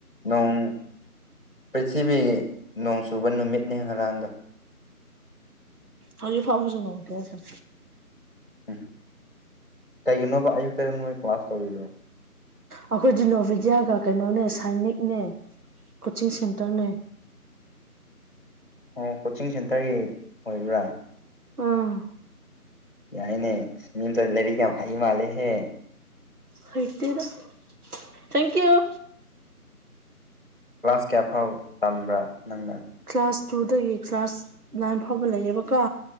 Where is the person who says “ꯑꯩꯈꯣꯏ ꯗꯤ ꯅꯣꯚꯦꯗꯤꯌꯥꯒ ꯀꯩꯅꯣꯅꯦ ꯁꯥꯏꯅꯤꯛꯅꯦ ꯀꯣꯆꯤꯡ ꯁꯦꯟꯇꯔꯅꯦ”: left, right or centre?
Right